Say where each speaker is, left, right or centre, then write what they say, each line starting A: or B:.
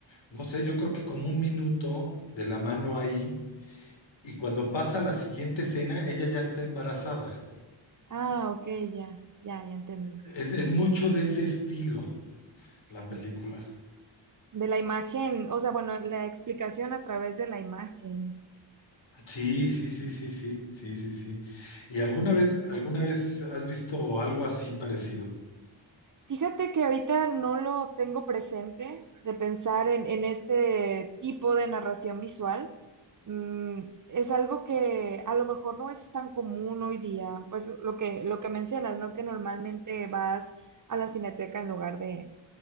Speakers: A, on the left; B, on the right.
A: no sé, yo creo que como un minuto de la mano ahí y cuando pasa la siguiente escena, ella ya está embarazada.
B: Ah, ok, ya, ya, ya entendí.
A: Es, es mucho de ese estilo la película.
B: Sí. De la imagen, o sea, bueno, la explicación a través de la imagen.
A: Sí, sí, sí, sí, sí, sí, sí, sí. ¿Y alguna vez, alguna vez has visto algo así parecido?
B: Fíjate que ahorita no lo tengo presente de pensar en, en este tipo de narración visual. Mm, es algo que a lo mejor no es tan común hoy día, pues lo que, lo que mencionas, ¿no? Que normalmente vas a la cineteca en lugar de,